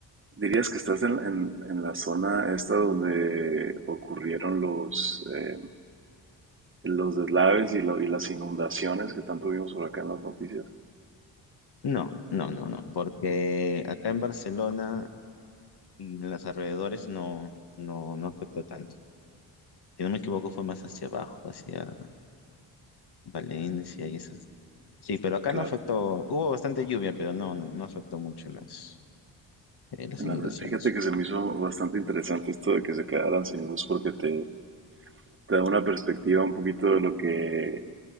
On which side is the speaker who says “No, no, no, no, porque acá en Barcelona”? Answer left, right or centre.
Left